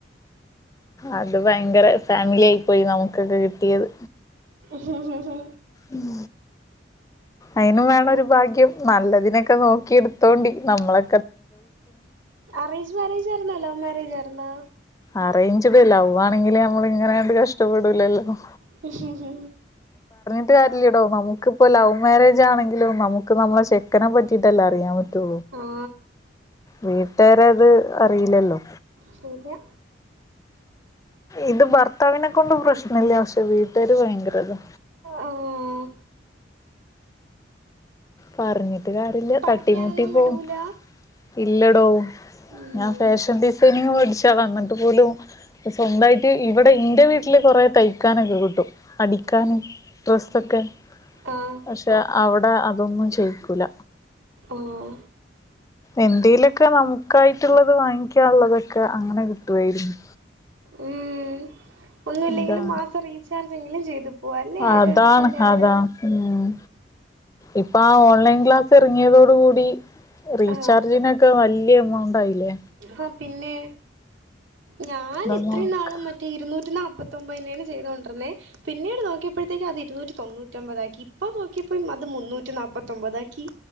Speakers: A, on the left; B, on the right.
A: അത് ഭയങ്കര ഫാമിലി ആയി പോയി നമുക്കൊക്കെ കിട്ടിയത്
B: ഹും ഹും ഹു
A: ഉം അയിനും വേണം ഒരു ഭാഗ്യം. നല്ലതിനൊക്കെ നോക്കി എടുത്തോണ്ടി നമ്മളൊ
B: അറേഞ്ച് മാരേജായിരുന്നോ ലവ് മാരേജായിരുന്നോ?
A: അറേഞ്ച്ഡ് ലവ്വാണെങ്കില് നമ്മള്ങ്ങനെണ്ട് കഷ്ടപ്പെടൂലല്ലോ?
B: ഹും ഹും ഹു
A: ട്ട് കാര്യല്ലടോ നമുക്ക്പ്പോ ലവ് മാരേജാണെങ്കിലും നമുക്ക് നമ്മളെ ചെക്കനെ പറ്റിട്ടല്ലേ അറിയാ തോ
B: ആ
A: വീട്ടേരത് അറിയില്ലല്ലോ?
B: ശരിയാ
A: ഇത് ഭർത്താവിനെ കൊണ്ട് പ്രശ്നല്ല പക്ഷേ വീട്ടേര് ഭയങ്കരതാ.
B: ഊ ഉം
A: പറഞ്ഞിട്ട് കാര്യല്ല.
B: പഠിക്കാനൊന്നും
A: തട്ടി മുട്ടി പോവും.
B: വിടൂല
A: ഇല്ലടോ
B: ഉം.
A: ഞാൻ ഫാഷൻ ഡിസൈനിങ് പഠിച്ചാളാ ന്നിട്ട് പോലും സ്വന്തായിട്ട് ഈ ഇബടെ ഇന്റെ വീട്ടില് കൊറേ തയ്ക്കാനൊക്കെ കിട്ടും അടിക്കാന് ഡ്രസ്സൊക്കെ
B: ആഹ്
A: പക്ഷേ അവടേ അതൊന്നും ചെയ്യിക്കൂല.
B: ആഹ്
A: എന്തേലൊക്കെ നമുക്കായിട്ടുള്ളത് വാങ്ങിക്കാള്ളതൊക്കെ അങ്ങനെ കിട്ടുവായിരുന്നു.
B: ഉം ഒന്നൂല്ലെങ്കിലും
A: ഇതാ
B: മാസം റീചാർജെങ്കിലും ചെയ്തു പോവാം അല്ലേ ആരരുംതില്ലാതെ
A: അതാണ് അതാ ഉം ഇപ്പാ ആ ഓൺലൈൻ ക്ലാസ് ഇറങ്ങിയതോടു കൂടി റീചാർജിനൊക്കെ
B: ആ
A: വല്ല്യ എമൗണ്ട് ആയിലേ?
B: ഹാ പിന്നേ ഞാൻ
A: അതാ
B: ഇത്രേം
A: അവർക്ക്
B: നാളും മറ്റ് റ്റേ ഇരുന്നൂറ്റി നാപ്പത്തൊമ്പതിന്റെണ് ചെയ്തോണ്ടിര്ന്നേ പിന്നീട് നോക്കിയപ്പഴത്തേക്ക് അത് ഇരുന്നൂറ്റി തൊണ്ണൂറ്റി ഒമ്പതാക്കി ഇപ്പൊ നോക്കിയപ്പോ അത് മുന്നൂറ്റി നാപ്പത്തൊമ്പതാക്കി.